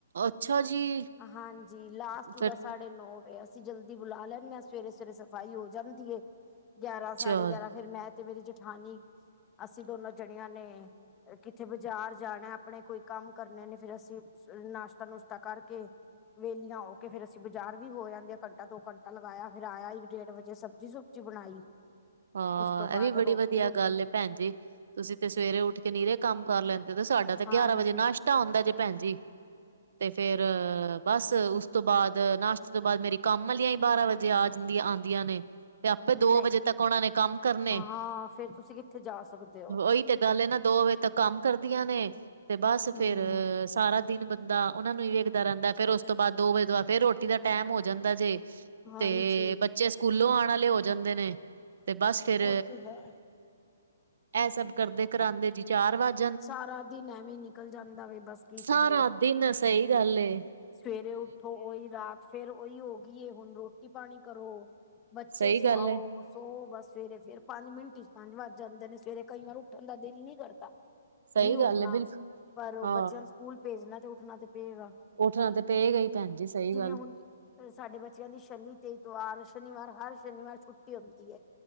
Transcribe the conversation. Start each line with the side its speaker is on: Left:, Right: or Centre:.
Right: ਅੱਛਾ ਜੀ
Left: ਹਾਂਜੀ, ਲਾਸਟ ਉਹ
Right: ਫਿਰ
Left: ਦਾ ਸਾਢੇ ਨੌ ਵਜੇ ਅਸੀਂ ਜਲਦੀ ਬੁਲਾ ਲੈਂਦੇ ਹਾਂ ਸਵੇਰੇ- ਸਵੇਰੇ ਸਫ਼ਾਈ ਹੋ ਜਾਂਦੀ ਹੈ ਗਿਆਰਾਂ ਸਾਢੇ
Right: ਚਲ
Left: ਗਿਆਰਾਂ ਫੇਰ ਮੈਂ ਤੇ ਮੇਰੀ ਜੇਠਾਨੀ ਅਸੀਂ ਦੋਨੋ ਜਣੀਆਂ ਨੇ ਕਿੱਥੇ ਬਾਜ਼ਾਰ ਜਾਣਾ ਆਪਣੇ ਕੋਈ ਕੰਮ ਕਰਨੇ ਨੇ ਫੇਰ ਅਸੀਂ ਸਵੇਰੇ ਨਾਸ਼ਤਾ ਨੁਸ਼ਤਾ ਕਰਕੇ ਵੇਲੀਆਂ ਹੋ ਕੇ ਫੇਰ ਅਸੀਂ ਬਜ਼ਾਰ ਵੀ ਹੋ ਆਂਦੇ ਘੰਟਾ ਦੋ ਘੰਟਾ ਲਗਾਇਆ ਫੇਰ ਆਇਆ ਇੱਕ ਡੇਢ ਵਜੇ ਸਬਜ਼ੀ ਸੋਬ ਬਣਾਈ
Right: ਹਾਂ,
Left: ਉਸ ਤੋਂ
Right: ਇਹ
Left: ਬਾਅਦ
Right: ਵੀ ਬੜੀ
Left: ਰੋਟੀ
Right: ਵਧੀਆ
Left: ਰੂਟੀ
Right: ਗੱਲ ਏ ਭੈਣ ਜੀ ਤੁਸੀਂ ਤੇ ਸਵੇਰੇ ਉੱਠ ਕੇ ਨੀਰੇ ਕੰਮ ਕਰ ਲੈਂਦੇ, ਤੇ ਸਾਡਾ ਤੇ
Left: ਹਾਂਜੀ
Right: ਗਿਆਰਾਂ ਵਜੇ ਨਾਸਤਾ ਤਾਂ ਹੁੰਦਾ ਜੇ ਭੈਣ ਜੀ ਤੇ ਫੇਰ ਬਸ ਉਸ ਤੋਂ ਬਾਅਦ ਨਾਸ਼ਤੇ ਤੋਂ ਬਾਅਦ ਮੇਰੀ ਕੰਮ ਵਾਲੀ ਆਈ ਬਾਰਾਂ ਵਜੇ ਜੇ ਆ ਜਾਂਦੀਆਂ ਆਉਂਦੀਆਂ ਨੇ ਤੇ ਆਪੇ ਦੋ
Left: ਨਹੀਂ
Right: ਵਜੇ ਤੱਕ ਉਹਨਾਂ ਨੇ ਕੰਮ ਕਰਨੇ
Left: ਹਾਂ ਫੇਰ ਤੁਸੀਂ ਕਿੱਥੇ ਜਾ ਸਕਦੇ ਹੋ
Right: ਉਹੀ ਤੇ ਗੱਲ ਇਹ ਨਾ ਦੋ ਵਜੇ ਤੱਕ ਕੰਮ ਕਰਦੀਆਂ ਨੇ ਤੇ ਬਸ
Left: ਹਮ
Right: ਫੇਰ ਸਾਰਾ ਦਿਨ ਬੰਦਾ ਉਹਨਾਂ ਨੂੰ ਹੀ ਵੇਖਦਾ ਰਹਿੰਦਾ ਫੇਰ ਉਸ ਤੋਂ ਬਾਅਦ ਦੋ ਵਜੇ ਤੋਂ ਬਾਅਦ ਫਿਰ ਰੋਟੀ ਦਾ ਟਾਈਮ ਹੋ ਜਾਂਦਾ ਜੇ
Left: ਹਾਂਜੀ
Right: ਤੇ ਬੱਚੇ ਸਕੂਲੋਂ ਆਉਣ ਵਾਲੇ ਹੋ ਜਾਂਦੇ ਨੇ ਤੇ ਬਸ ਫਿਰ
Left: ਉਹ ਤੇ ਹੈ
Right: ਇਹ ਸਭ ਕਰਦੇ ਕਰਾਂਂਦੇ ਜੀ ਚਾਰ ਵਜ
Left: ਸਾਰਾ ਦਿਨ ਐਵੇਂ ਨਿਕਲ ਜਾਂਦਾ ਵੀ ਬਸ ਕੀ
Right: ਸਾਰਾ
Left: ਕਰੀਏ
Right: ਦਿਨ ਸਹੀ ਗੱਲ ਏ
Left: ਸਵੇਰੇ ਉੱਠੋ ਉਹੀ ਰਾਤ ਫੇਰ ਉਹੀ ਹੋ ਗਈਏ ਹੁਣ ਰੋਟੀ ਪਾਣੀ ਕਰੋ ਬੱਚੇ
Right: ਸਹੀ
Left: ਸੁਆਓ
Right: ਗੱਲ ਏ
Left: ਸੋ ਬਸ ਸਵੇਰੇ ਫੇਰ ਪੰਜ ਮਿੰਟ ਚ ਪੰਜ ਵੱਜ ਜਾਂਦੇ ਨੇ ਸਵੇਰੇ ਕਈ ਵਾਰ ਉੱਠਣ ਦਾ ਦਿਲ ਨੀ ਕਰਦਾ
Right: ਸਹੀ
Left: ਨਈ ਉੱਠਣਾ,
Right: ਗੱਲ ਏ ਬਿਲਕੁਲ
Left: ਪਰ
Right: ਹਾਂ
Left: ਬੱਚਿਆਂ ਨੂੰ ਸਕੂਲ ਭੇਜਣਾ ਤੇ ਉੱਠਣਾ ਤੇ ਪੇਏਗਾ।
Right: ਉੱਠਣਾ ਤਾਂ ਪਏਗਾ ਹੀ ਭੈਣ ਜੀ ਸਹੀ ਗੱਲ ਏ।
Left: ਹੁਣ ਸਾਡੇ ਬੱਚਿਆਂ ਦੀ ਸ਼ਨੀ ਤੇ ਐਤਵਾਰ ਸ਼ਨੀਵਾਰ ਹਰ ਸ਼ਨੀਵਾਰ ਛੁੱਟੀ ਹੁੰਦੀ ਹੈ।